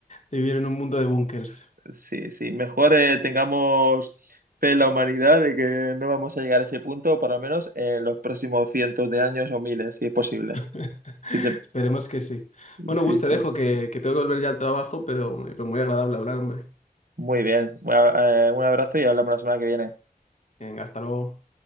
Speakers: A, on the left (about 45°); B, on the right (about 65°).
A: de vivir en un mundo de búnkers.
B: Sí, sí, mejor eh, tengamos fe en la humanidad de que no vamos a llegar a ese punto, por lo menos en los próximos cientos de años o miles, si es posible.
A: <laughs>
B: Si te-
A: Esperemos que sí. Bueno,
B: Sí,
A: Gus, te
B: sí.
A: dejo que, que tengo que volver ya al trabajo, pero, pero muy agradable hablar, hombre.
B: Muy bien. Bueno, eh, un abrazo y hablamos la semana que viene.
A: Venga, hasta luego.